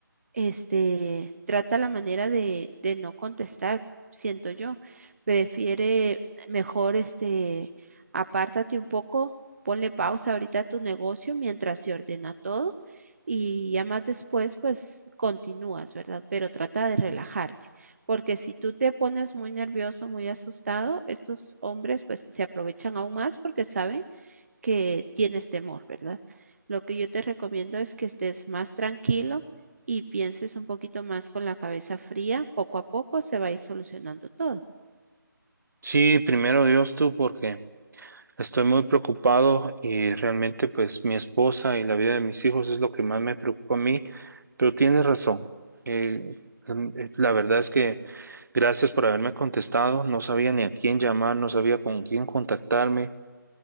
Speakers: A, on the right (about 45°); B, on the right (about 60°).
A: este, trata la manera de, de no contestar, siento yo. Prefiere mejor, este, apártate un poco, ponle pausa ahorita a tu negocio mientras se ordena todo y ya más después, pues continúas, ¿verdad? Pero trata de relajarte, porque si tú te pones muy nervioso, muy asustado, estos hombres pues se aprovechan aún más porque saben que tienes temor, ¿verdad? Lo que yo te recomiendo es que estés más tranquilo y pienses un poquito más con la cabeza fría. Poco a poco se va a ir solucionando todo.
B: Sí, primero Dios tú, porque Estoy muy preocupado y realmente pues mi esposa y la vida de mis hijos es lo que más me preocupa a mí, pero tienes razón. Eh, em, eh, la verdad es que gracias por haberme contestado. No sabía ni a quién llamar, no sabía con quién contactarme